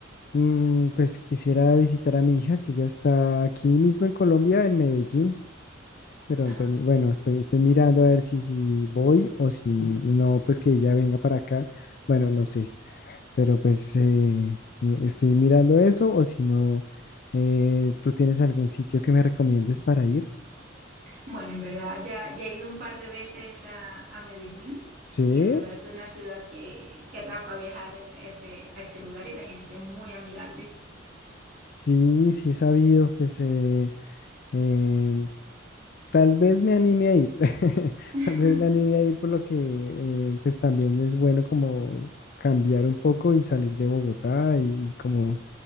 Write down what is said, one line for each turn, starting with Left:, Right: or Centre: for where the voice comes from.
Left: Mm, pues quisiera visitar a mi hija que ya está aquí mismo en Colombia, en Medellín, pero
Right: Ah,
Left: pues, bueno, estoy, estoy mirando a ver si, si voy o si no, pues que ella venga para acá. Bueno, no sé, pero pues eh, eh, estoy mirando eso o si no, eh, ¿tú tienes algún sitio que me recomiendes para ir?
Right: bueno, en verdad ya, ya he ido un par de veces a, a Medellín
Left: Sí,
Right: y en verdad es una ciudad que, que atrapa viajar a ese, a ese lugar y la gente muy amigable.
Left: sí, sí he sabido, pues eh, em, tal vez me anime a ir, <laughs>
Right: <laughs>
Left: tal vez me anime a ir por lo que eh, pues también es bueno como cambiar un poco y salir de Bogotá y, como